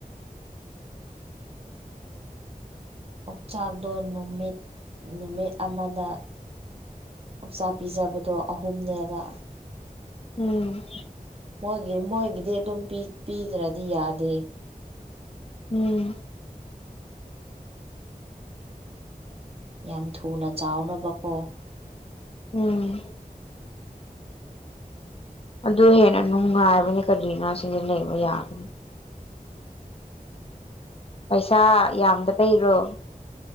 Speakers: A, on the right; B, on the left.
A: ꯑꯣꯛꯆꯥꯛꯇꯣ ꯅꯨꯃꯤꯠ ꯅꯨꯃꯤꯠ ꯑꯃꯗ ꯑꯣꯛꯆꯥꯛ ꯄꯤꯖꯕꯗꯣ ꯑꯍꯨꯝꯅꯦꯕ꯫
B: ꯎꯝ꯫
A: ꯃꯣꯏꯒꯤ ꯃꯣꯏꯒꯤꯗꯤ ꯑꯗꯨꯝ ꯄꯤ ꯄꯤꯗ꯭ꯔꯗꯤ ꯌꯥꯗꯦ꯫
B: ꯎꯝ꯫
A: ꯌꯥꯝ ꯊꯨꯅ ꯆꯥꯎꯅꯕꯀꯣ꯫
B: ꯎꯝ꯫ ꯑꯗꯨ ꯍꯦꯟꯅ ꯅꯨꯡꯉꯥꯏꯕꯅꯤ ꯀꯔꯤꯅꯣ ꯁꯤꯗꯤ ꯂꯩꯕ ꯌꯥꯒꯅꯤ꯫ ꯄꯩꯁꯥ ꯌꯥꯝꯗ ꯕꯩꯔꯣ